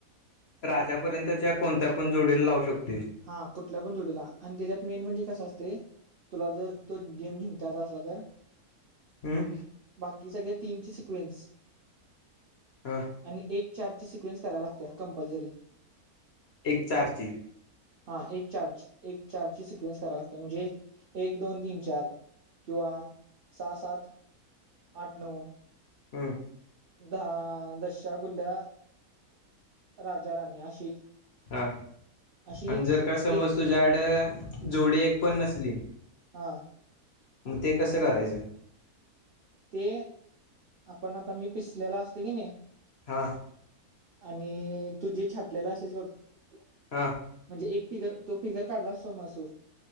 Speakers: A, on the left; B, on the right.
A: राजापर्यंतच्या कोणत्या आपणोडीला लावू शतो
B: हा कुठल्या पण जोडीला आणि त्याच्यात मेन म्हणजे कस असते तुला जर तो गेम जिंकायचा असला तर
A: हमम
B: बाकी सगळे तीनचे सिक्वेन्स
A: हा
B: आणि एक चार ची सिक्वेन्स कराला लागते कंपल्सरी
A: एक चारतील
B: हा एक चार एक चार ची सिक्वेन्स कराव लागते म्हणजे एक दोन तीन चार किंवा सहा सात आठ नऊ
A: हम्म
B: दहा दशश्या गुल्या राजा राणी अशी
A: हा
B: अशी
A: आणि जर का समज
B: एक
A: तुझ्या आड जोडी एक पण नसली
B: हा
A: मग ते कसं करायचं
B: ते आपण आता मी पिसलेला असते की नाही
A: हा
B: आणि तुझे छाटलेला असेस बघा
A: हा
B: म्हणजे एक पिगर तो फिगर काढला समजू